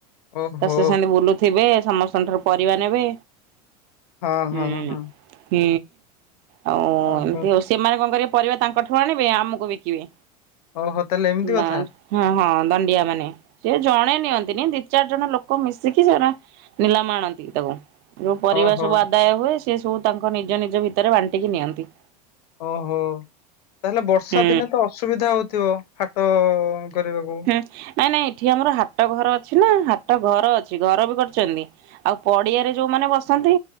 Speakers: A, on the left; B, on the right.
A: ଓହୋ
B: ତ ସେ ସେମିତି ବୁଲୁଥିବେ ସମସ୍ତଙ୍କ ଠାରୁ ପରିବା ନେବେ,
A: ହଁ
B: ହୁଁ-ହୁଁ।
A: ହଁ ହଁ
B: ଆଉ
A: ଓହୋ
B: ଏମିତି ହଉ ସେମାନେ କଣ କରିବେ ପରିବା ତାଙ୍କ ଠାରୁ ଆଣିବେ, ଆମୁକୁ ବିକିବେ
A: ଓହୋ ତାହେଲେ ଏମିତି
B: ନା
A: କଥା
B: ହଁ-ହଁ। ଦଣ୍ଡିଆ ମାନେ ସେ ଜଣେ ନିଅନ୍ତିନି ଦି ଚାର୍ ଜଣ ଲୋକ ମିଶିକି ସେରା ନିଲାମ ଆଣନ୍ତି ତାକୁ ଯୋଉ ପରିବା
A: ଓହୋ
B: ସବୁ ଆଦାୟ ହୁଏ, ସେ ସବୁ ତାଙ୍କ ନିଜ ନିଜ ଭିତରେ ବାଣ୍ଟିକି ନିଅନ୍ତି।
A: ଓହୋ ତାହେଲେ ବର୍ଷା
B: ହୁଁ
A: ଦିନେ ତ ଅସୁବିଧା ହଉଥିବ ହାଟ କରିବାକୁ
B: ହୁଁ ନାଇଁ ନାଇଁ ଏଠି ଆମର ହାଟ ଘର ଅ ଛି ନା ହାଟ ଘର ଅଛି, ଘର ବି କର୍ଚନ୍ତି ଆଉ ପଡିଆରେ ଯୋଉମାନେ ବସନ୍ତି